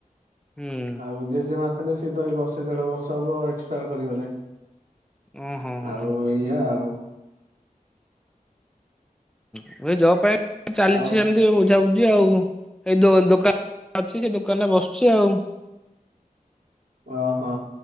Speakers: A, in the centre; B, on the right.
A: ହୁଁ।
B: ଆଉ ଯେ ଯେ ମା ଥିଲେ ସିଏ ତ ଏଇ ବର୍ଷେ ଦେଢ ବର୍ଷ ହବ ଏକ୍ସପାୟାର କରିଗଲେ।
A: ଓହୋ ହୋ
B: ଆଉ
A: ହୋ।
B: ଏଇଆ ଆଉ।
A: ଏବେ ଜୋବ ପାଇଁ ଚାଲିଛି
B: ଆଉ
A: ସେମିତି ଆଉ। ଯାଉଛି ଆଉ ଏଇ ଦ ଦୋକାନ ଅଛି ସେ ଦୋକାନରେ ବସୁଛି ଆଉ। <inaudible>
B: ଓହୋ